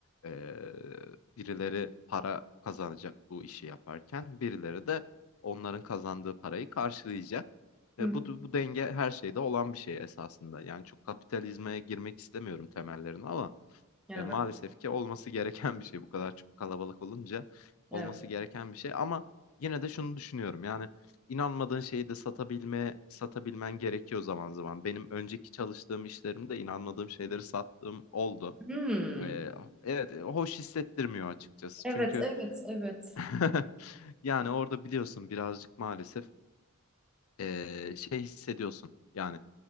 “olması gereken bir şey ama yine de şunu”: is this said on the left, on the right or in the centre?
Left